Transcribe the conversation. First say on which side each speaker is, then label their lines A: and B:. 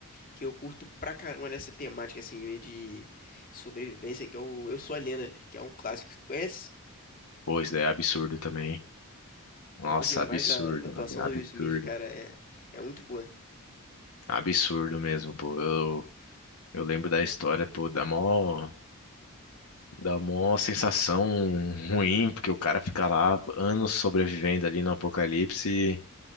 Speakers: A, on the left (about 40°); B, on the left (about 75°).
A: que eu curto pra caramba nessa temática assim, meio de sobrevivência, que é o Eu Sou a Lenda, que é um clássico. Tu conhece?
B: Pô, isso daí é absurdo também. hein? Nossa,
A: Eu gosto demais
B: absurdo,
A: da, da atuação
B: ab- absurdo.
A: do Will Smith, cara. É, é muito boa.
B: Absurdo mesmo, pô. Eu, eu lembro da história, pô, dá mó, dá mó sensação ruim, porque o cara fica lá anos sobrevivendo ali no apocalipse